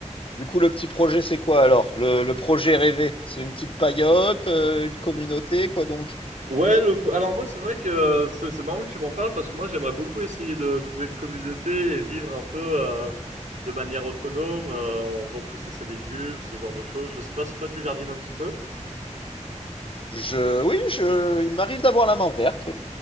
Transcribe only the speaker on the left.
du coup, le petit projet, c'est quoi alors? Le, le projet rêvé? C'est une petite paillote, euh, une communauté, quoi donc?
Je, oui, je, il m'arrive d'avoir la main verte.